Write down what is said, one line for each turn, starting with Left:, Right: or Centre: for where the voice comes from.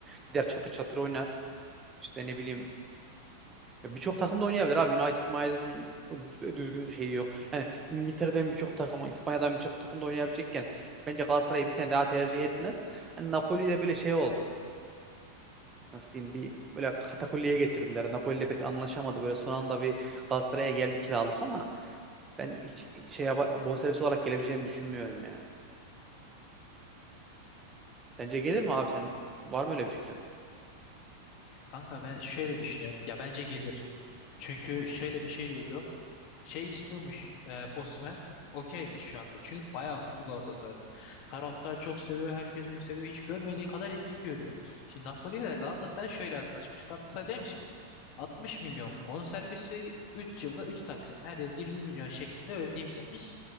Right: gider çatır çatır oynar. İşte ne bileyim ya birçok takım da oynayabilir abi. United, United'ın düzgün şeyi yok. Yani İngiltere'den birçok takım, İspanya'dan birçok takım da oynayabilecekken bence Galatasaray'ı bir sene daha tercih etmez. Hani Napoli'de böyle şey oldu. Nasıl diyeyim bir böyle katakulliye getirdiler. Napoli'yle pek anlaşamadı. Böyle son anda bir Galatasaray'a geldi kiralık ama Ben hiç şey yapa- bonservis olarak gelebileceğini düşünmüyorum ya. Sence gelir mi abi? Sen var mı öyle bir fikrin?
Left: Kanka ben şöyle düşünüyorum. Ya bence gelir. Çünkü şöyle bir şey duydum. Şey istiyormuş e, Osimhen. Okeymiş şu anda. Çünkü bayağı mutlu Galatasaray'da. Taraftar çok seviyor. Herkes onu seviyor. Hiç görmediği kadar ilgi görüyor. Şimdi Napoli ile Galatasaray şöyle anlaşmış. Galatasaray demiş ki 60 milyon bonservis vereyim. üç yılda 3 taksit. Her yıl 20 milyon şeklinde ödeyeyim demiş.